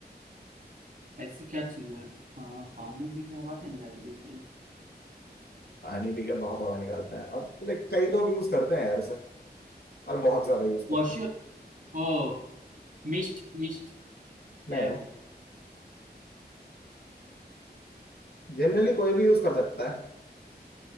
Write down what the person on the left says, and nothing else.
पानी पी के बहुत हवा निकालता है और लाइक कई लोग यूज करते हैं यार इसे और बहुत ज्यादा यूज करते
हैं
नहीं
जनरली कोई भी यूज कर सकता है